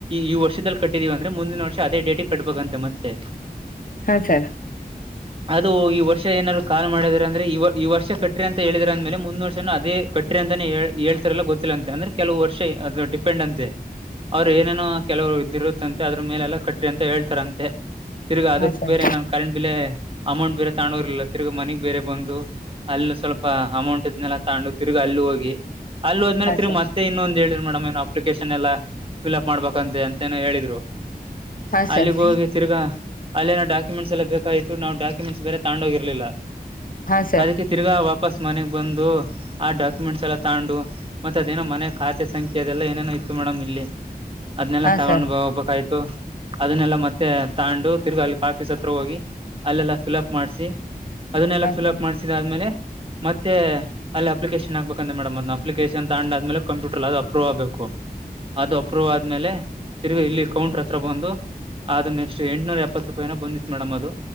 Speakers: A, on the right (about 35°); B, on the left (about 60°).
A: ಈ ವರ್ಷದಲ್ಲಿ ಕಟ್ಟಿದೀವಿ ಅಂದ್ರೆ ಮುಂದಿನ ವರ್ಷ ಅದೇ ಡೇಟಿಗೆ ಕಟ್ಬೇಕಂತೆ ಮತ್ತೆ
B: ಹಾ ಸರ್
A: ಅದು ಈ ವರ್ಷ ಏನಾರ ಕಾಲ್ ಮಾಡದ್ರ ಅಂದ್ರೆ ಇವ ಈ ವರ್ಷ ಕಟ್ರಿ ಅಂತ ಹೇಳಿದ್ರ ಅಂದ್ಮೇಲೆ ಮುಂದ ವರ್ಷ ಅದೇ ಕಟ್ರಿ ಅಂತಾನೇ ಹೇಳ್ತಾರಲ್ಲ ಗೊತ್ತಿಲ್ಲಂತೆ ಅಂದ್ರೆ ಕೆಲವು ವರ್ಷ ಅದ ಡಿಪೆಂಡ್ ಅಂತೆ ಅವ್ರ ಏನೇನೋ ಕೆಲವರು ಇದಿರು <unintelligible> ಅದ್ರ ಮೇಲೆಲ್ಲಾ ಕಟ್ರಿ ಅಂತ ಹೇಳ್ತಾರಂತೆ ತಿರ್ಗ ಅದಕ್ಕೆ
B: ಹಾ ಸರ್
A: ಬೇರೆ ನನ್ ಕರೆಂಟ್ ಬಿಲೆ ಅಮೌಂಟ್ ಬೇರೆ ತಗೊಂಡು ಹೋಗಿರ್ಲಿಲ್ಲ ತಿರ್ಗಾ ಮನೆಗ್ ಬೇರೆ ಬಂದು ಅಲ್ಲಿ ಸ್ವಲ್ಪ ಅಮೌಂಟ್ ಇದ್ನೆಲ್ಲಾ ತಗೊಂಡು ತಿರ್ಗಾ ಅಲ್ಲಿ ಹೋಗಿ ಅಲ್ಲೊದ್ಮೇಲೆ
B: ಹಾ
A: ತಿರ್ಗ
B: ಸರ್
A: ಮತ್ತೆ ಇನೊಂದು ಹೇಳಿದ್ರು ಮೇಡಂ ಅಪ್ಲಿಕೇಶನ್ ಎಲ್ಲಾ ಫೀಲ್ ಮಾಡ್ಬೇಕಂತೆ ಅಂತೇನೆ ಹೇಳಿದ್ರು
B: ಹಾ ಸರ್
A: ಅಲ್ಲಿಗೆ
B: ಹಾ ಸರ್
A: ಹೋಗಿ ತಿರ್ಗಾ ಅಲ್ಲಿನ ಡಾ <unintelligible> ಬೇಕಾಗಿತ ನಾವು <unintelligible> ಸ್ ಬೇ ತಾೋಗ ಇರಲಿಲ್ಲ
B: ಹಾ ಸರ್
A: ಅದಕ್ಕೆ ತಿರ್ಗಾ ವಾ ವಾಪಾಸ್ ಮನೆಗೆ ಬಂದು ಆ ಡಾಕ್ಯುಮೆಂಟ್ಸ್ ಎಲ್ಲ ತಗೊಂಡು ಮತ್ತೆ ಅದೇನೋ ಮನೆ ಖಾತೆ ಸಂಖ್ಯೆ ಅದೆಲ್ಲ ಏನೇನೋ ಇತ್ತು ಮೇಡಮ್ ಇಲ್ಲಿ ಅದ್ನೆಲ್ಲ
B: ಹಾ
A: ತಗೊಂಡ್
B: ಸರ್
A: ಹೋಗ್ಬೇಕಗಿತ್ತು ಅದನ್ನೆಲ್ಲಾ ಮತ್ತೆ ತಗೊಂಡು ತಿರ್ಗಿ ಅಲ್ಲಿ ಆಫೀಸ್ ಹತ್ರ ಹೋಗಿ ಅಲ್ಲೆಲ್ಲಾ ಫಿಲ್ಅಪ್ ಮಾಡಸಿ ಅದನ್ನೆಲ್ಲಾ
B: ಹಾ
A: ಫೀಲ್ಅಪ್
B: ಸರ್
A: ಮಾಡ್ಸಿದ್ಮೇಲೆ ಮತ್ತೆ ಅಲ್ಲಿ ಅಪ್ಲಿಕೇಶನ್ ಹಾಕ್ಬೇಕಂತ ಮೇಡಮ್ ಅದನ್ನ ಅಪ್ಲಿಕೇಶನ್ ತಗೊಂಡಾದ್ಮೇಲೆ ಕಂಪ್ಯೂಟರ್ ಅದು ಅಪ್ರೂವ್ ಆಗ್ಬೇಕು ಅದು ಅಪ್ರೂವ್ ಆದ್ಮೇಲೆ ತಿರುಗಿ ಇಲ್ಲಿ ಕೌಂಟ್ರ ಹತ್ರ ಬಂದು ಅದನ್ನ ಎಷ್ಟು ಎಂಟನೂರ ಎಪ್ಪತ್ ರೂಪಾಯಿನ ಬಂದಿತ್ತು ಮೇಡಮ್ ಅದು